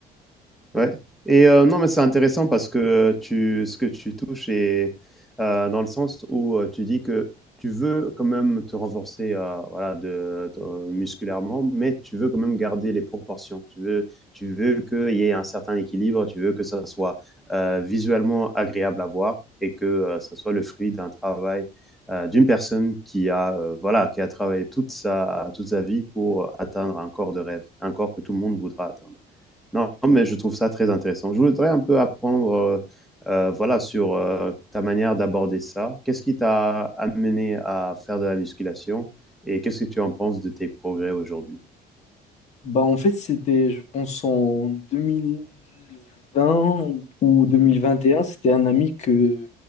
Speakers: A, in the centre; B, on the left (about 45°).
A: Ouais. Et heu, non, mais c'est intéressant parce que, heu, tu ce que tu touches est, heu, dans le sens où, heu, tu dis que tu veux quand même te renforcer, heu, voilà, de te musculairement, mais tu veux quand même garder les proportions. Tu veux tu veux qu'il y ait un certain équilibre, tu veux que ça soit, heu, visuellement agréable à voir et que, heu, ça soit le fruit d'un travail, heu, d'une personne qui a, heu, voilà, qui a travaillé toute sa toute sa vie pour atteindre un corps de rêve, un corps que tout le monde voudra atteindre. Non, mais je trouve ça très intéressant. Je voudrais un peu apprendre, euh, euh, voilà, sur euh, ta manière d'aborder ça. Qu'est-ce qui t'a amené à faire de la musculation et qu'est-ce que tu en penses de tes progrès aujourd'hui?
B: Bah, en fait, c'était, je pense, en 2020 ou 2021, c'était un ami que,